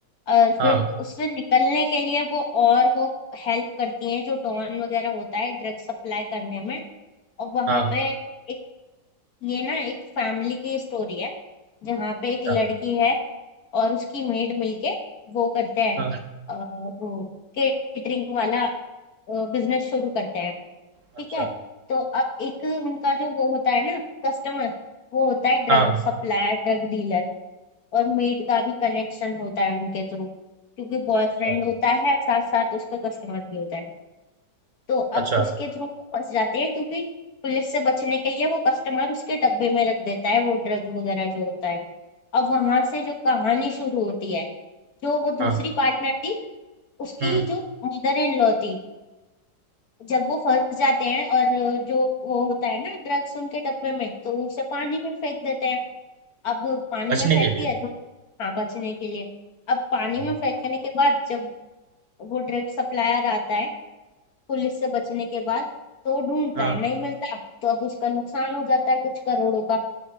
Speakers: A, on the left; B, on the right.
A: और
B: हाँ
A: फिर उससे निकलने के लिए वो और वो हेल्प करती हैं जो डॉन वगैरह होता है ड्रग्स सप्लाई करने में और वहां
B: हाँ
A: पे एक ये ना एक फैमिली की स्टोरी है जहाँ पे
B: अच्छा
A: एक लड़की है और उसकी मेड मिलके वो करते हैं
B: हाँ
A: अ, वो केटरिंग वाला बिजनेस शुरू करते हैं
B: अच्छा
A: ठीक है तो अब एक उनका जो वो होता है ना कस्टमर वो होता है ड्रग
B: हाँ
A: सप्लायर ड्रग डीलर और मेड का भी कनेक्शन होता है उनके थ्रू क्योंकि बॉयफ्रेंड
B: अच्छा
A: होता है साथ साथ उसका कस्टमर भी होता है तो अब
B: अच्छा
A: उसके थ्रू वो फंस जाते हैं क्योंकि पुलिस से बचने के लिए वो कस्टमर उसके डब्बे में रख देता है वो ड्रग वगैरह जो होता है अब वहां से जो कहानी शुरू होती है जो वो
B: हाँ
A: दूसरी पार्टनर थी उसकी
B: हम्म
A: जो मदर इन लॉ थी जब वो फंस जाते हैं और जो वो होता है ना ड्रग्स उनके डब्बे में तो उसे पानी में फेंक देते हैं अब पानी
B: बचने
A: में फेंक
B: के लिए
A: दिया जब, हाँ बचने के लिए अब पानी
B: हाँ
A: में फेंकने के बाद जब वो ड्रग सप्लायर आता है पुलिस से बचने के बाद तो वो ढूंढता
B: हाँ
A: है नहीं मिलता तो अब उसका नुकसान हो जाता है कुछ करोड़ों का